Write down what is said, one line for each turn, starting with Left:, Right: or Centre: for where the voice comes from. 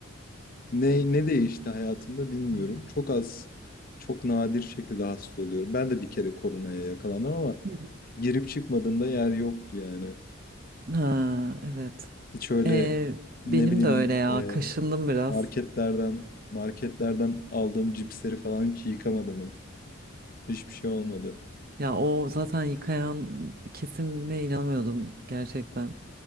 Left: Ne ne değişti hayatımda bilmiyorum.
Right: Hı
Left: Çok az, çok nadir şekilde hasta oluyorum. Ben de bir kere koronaya yakalandım ama
Right: hı.
Left: girip çıkmadığımda yer yoktu yani.
Right: Ha, evet.
Left: Hiç öyle
Right: Ee,
Left: ne
Right: benim
Left: bileyim
Right: de öyle ya.
Left: e,
Right: Kaşındım biraz.
Left: marketlerden marketlerden aldığım cipsleri falan hiç yıkamadım. Hiçbir şey olmadı.
Right: Ya o zaten yıkayan kesime inanamıyordum gerçekten.